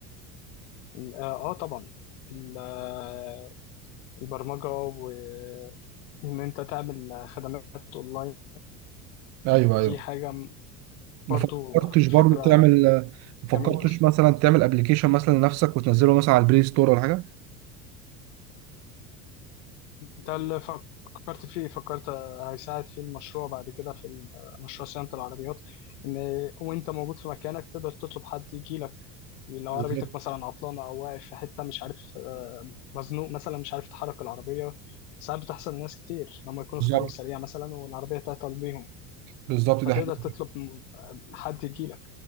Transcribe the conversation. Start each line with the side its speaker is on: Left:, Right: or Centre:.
Left: ال- اه آه طبعا ال- آه، البرمجه وان انت تعمل خدمات اونلاين
Right: ايوه ايوه
Left: دي حاجة م-
Right: ما
Left: برضو
Right: فكرتش برضه
Left: فكرة
Right: تعمل آه، ما فكرتش
Left: جميلة
Right: مثلا تعمل ابلكيشن مثلا لنفسك وتنزله مثلا على البلاي ستور ولا حاجه
Left: ده اللي فكرت فيه فكرت هيساعد في المشروع بعد كده في ال- مشروع صيانة العربيات إن وأنت موجود في مكانك تقدر تطلب حد يجي لك لو
Right: بالظبط
Left: عربيتك مثلا عطلانة أو واقف في حتة مش عارف آه، مزنوق مثلا مش عارف تحرك العربية ساعات بتحصل لناس كتير لما يكونوا
Right: بالظبط
Left: في طريق سريع مثلا والعربية تعطل بيهم
Right: بالظبط
Left: فتقدر
Right: ده حاجه
Left: تطلب م- حد يجي لك